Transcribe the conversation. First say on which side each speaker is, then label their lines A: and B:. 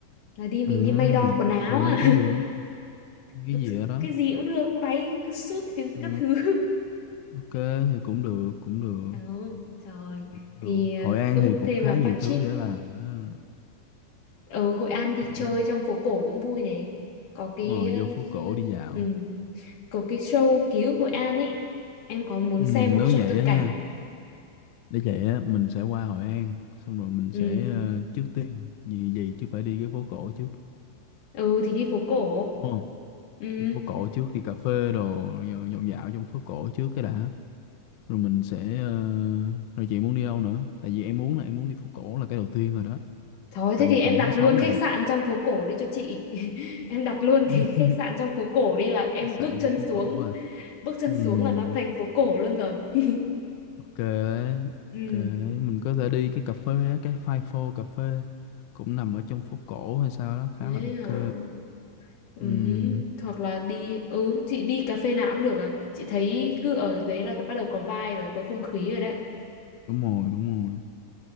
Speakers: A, on the left; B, on the left.
A: là đi mình
B: à
A: đi may đo quần áo
B: mà may
A: à.
B: cái gì May cái
A: <laughs>
B: gì ở đó
A: Cái gì cũng được, váy, cái suit cái
B: ừ,
A: các thứ. <laughs>
B: ok thì cũng được cũng được
A: Ừ, trời.
B: cũng
A: Thì
B: được Hội
A: ờ,
B: An
A: cũng
B: thì cũng
A: thêm
B: khá
A: mà
B: nhiều
A: budget
B: thứ để làm đó
A: ở Hội An đi
B: Hội
A: chơi
B: An
A: trong phố cổ cũng vui này. Có cái
B: mời
A: ờ,
B: vô phố cổ đi dạo
A: ừ, có cái show ký ức Hội An ấy. Em có muốn
B: ừ,
A: xem một
B: nếu
A: show
B: vậy
A: thực
B: á
A: cảnh.
B: nha để vậy á mình sẽ qua Hội An xong rồi mình
A: Ừ,
B: sẽ ờ, trước tiên gì gì chứ phải đi cái phố cổ trước
A: ừ thì đi phố cổ.
B: đúng không
A: Ừ.
B: đi phố cổ trước đi cà phê đồ rồi dạo dạo trong phố cổ trước cái đã rồi mình sẽ ờ, rồi chị muốn đi đâu nữa tại vì em muốn là em muốn đi phố cổ là cái đầu tiên rồi đó
A: thôi
B: tại
A: thế
B: vì
A: thì em
B: tầm
A: đặt
B: tháng sáu
A: luôn
B: là
A: khách
B: đẹp
A: sạn trong phố cổ đi cho chị. <laughs> Em đặt luôn
B: <laughs>
A: cái khách sạn trong phố cổ đi là em
B: khách sạn
A: bước
B: trong
A: chân
B: phố
A: xuống,
B: cổ à
A: bước chân
B: Ừm,
A: xuống là nó thành phố cổ luôn rồi. <laughs>
B: ok đấy
A: Ừ,
B: ok đấy mình có thể đi cái cà phê á, cái Five Four cà phê cũng nằm ở trong phố cổ hay sao đó
A: thế
B: khá là ok
A: à. Ừ,
B: Ừm,
A: Hoặc là đi, ừ, chị đi cà phê nào cũng được à. Chị thấy cứ ở đấy là bắt đầu có vibe và có không khí rồi đấy.
B: đúng rồi đúng rồi